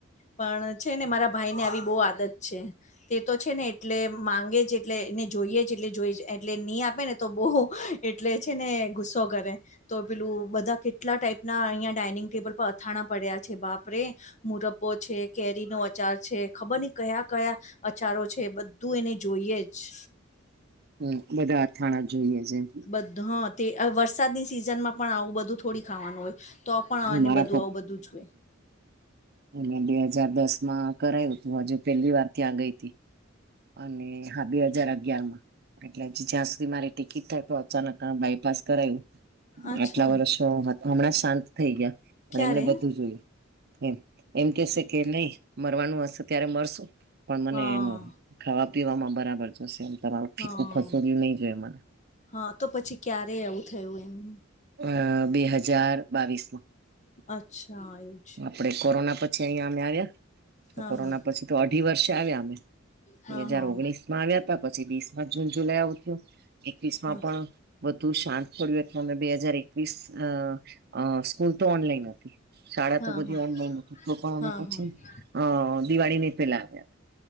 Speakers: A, on the left; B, on the right.
A: પણ છે. ને મારા ભાઈ ને આવી બહુ આદત છે. તે તો છે. ને એટલે માંગે છે. એટલે એને જોઈએ જ એટલે જોઈ એટલે નહી આપે ને તો બોહ એટલે છે ને ગુસ્સો કરે. તો પેલું બધા કેટલા ટાઈપના અહીંયા ડાઇનિંગ ટેબલ પર અથાણા પડ્યા છે બાપરે. મુરબ્બો છે, કેરીનો અચાર છે ખબર ની કયા-કયા અચારો છે બધું એને જોઈએ જ.
B: હમ્મ બધા અથાણા જોઈએ જ એમ.
A: બધા હ તે અ વરસાદની સિઝન માં પણ આવું બધું થોડી ખાવાનું હોય. તો પણ આને
B: મારા
A: બધું આવું બધું છે.
B: મે બે હાજાર દસ માં કરાયવું તું આજે પેલી વાર ત્યાં ગઈ તી. અને હા બે હાજાર અગયારમાં. એટલે જ જ્યાં સુધી મારી ટિકિટ થાય તો અચાનક આ બાયપાસ કરાઇવું.
A: અચ્છા
B: આટલા વર્ષો હત હમણાં શાંત થઈ ગયા પણ
A: ક્યારે
B: એમને બધું જોયે. એમ એમ કેશે કે નઇ મરવાનું હશે ત્યારે મરશું પણ મને
A: હા
B: એમ. ખાવા પીવામાં બરાબર જોશે એમ તમારું
A: હા
B: ફીકું ફસોડું નય જોયે મને.
A: હા તો પછી ક્યારે એવું થયું એમને.
B: અ બે હજાર બાવીસમાં.
A: અચ્છા એવુ.
B: આપડે કોરોના પછી અઇયા અમે આવ્યા.
A: હા
B: કોરોના
A: હા
B: પછી તો અઢી વર્ષે આવ્યા અમે
A: હા
B: બે હાજર
A: હા
B: ઓગણીસ મા આવ્યા તા પછી વીસ માં જૂન જુલાઈ આવતું એકવીસ
A: હા
B: માં પણ બધું શાંત પડ્યું એટલે અમે બે હજાર એકવીસ અ અ સ્કૂલ તો ઓનલાઈન હતી. શાળા
A: હા
B: તો બધી
A: હા હા
B: ઓનલાઈન હતી તો પણ
A: હા
B: પછી
A: હા
B: અ દિવાળીની પેલા આવ્યા.